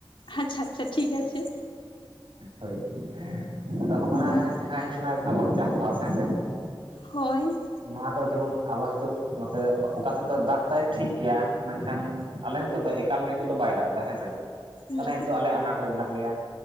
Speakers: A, on the left; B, on the right.
A: ᱟᱪᱪᱷᱟ ᱟᱪᱪᱷᱟ ᱴᱷᱤᱠ ᱜᱟᱪᱷᱮ
B: ᱦᱳᱭ ᱟᱫᱚ ᱦᱚᱸᱜᱼ
A: ᱦᱮᱸ
B: ᱱᱟ ᱡᱟᱦᱟᱸ ᱦᱩᱭᱩᱜ ᱠᱟᱱᱟ ᱟᱵᱚ ᱪᱟᱥᱵᱟᱥ ᱦᱮᱸᱥᱮ
A: ᱦᱳᱭ
B: ᱱᱚᱣᱟ ᱫᱚ ᱡᱮᱢᱚᱱ ᱟᱵᱚ ᱦᱮᱛᱳᱜ ᱱᱚᱛᱮ ᱚᱠᱟᱥᱮᱫ ᱫᱚ ᱫᱟᱜ ᱫᱟᱭ ᱴᱷᱤᱠ ᱜᱮᱭᱟ ᱢᱮᱱᱠᱷᱟᱱ ᱟᱞᱮ ᱚᱱᱛᱮ ᱫᱚ ᱮᱠᱟᱞ ᱜᱮ ᱱᱤᱛᱚᱜ ᱫᱚ ᱵᱟᱭ ᱫᱟᱜ ᱮᱫᱟ ᱦᱮᱸ ᱥᱮ,
A: ᱦᱮᱸ
B: ᱛᱟᱦᱚᱞᱮ ᱱᱤᱛᱚᱜ ᱟᱞᱮ ᱟᱱᱟᱴ ᱨᱮ ᱢᱮᱱᱟᱜ ᱞᱮᱭᱟ,